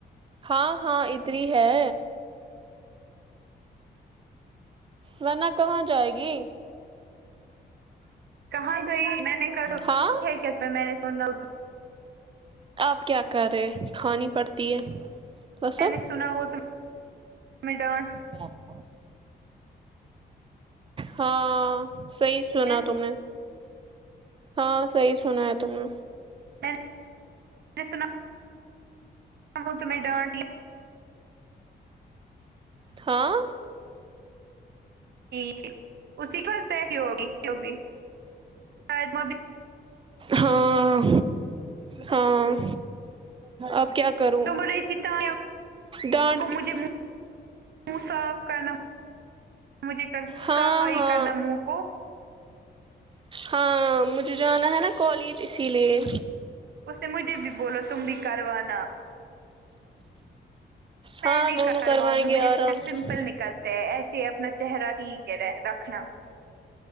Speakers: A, on the right (about 30°); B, on the right (about 75°).
A: ہاں ہاں ادھر ہی ہے ورنہ کہاں جائے گی
B: کہاں گئی میں نے <unintelligible>
A: ہاں آپ کیا کر رہے کھانی پڑتی ہے بس
B: میں نے سنا وہ تمہیں میں ڈانٹ
A: <inaudible> ہاں صحیح سنا
B: رہے ہیں،
A: تم نے ہاں صحیح سنا ہے تم نے
B: میں نے سنا وہ تمھیں ڈانٹی
A: ہاں
B: جی جی اسی کے پاس بیٹھی ہو گی جو بھی شم
A: ہاں ہاں آپ کیا کروں
B: تو مرہے ستایب
A: ڈانٹ
B: کو مجھے
A: بھی
B: منہ صاف کرنا مجھے تر
A: ہاں
B: صفائی
A: ہاں
B: کرنا منہ کو
A: ہاں مجھے جانا ہے نا کالج اسی لیے
B: اس نے مجھے بھی بولا تم بھی کروانا میں
A: ہاں
B: نہیں
A: دونوں
B: کرواؤں
A: کروائیں
B: گی
A: گے
B: مجھے
A: آرام
B: پھر پمپل
A: سے
B: نکل تے ہے ایسے اپنا چہرہ ٹھیک رہ رکھنا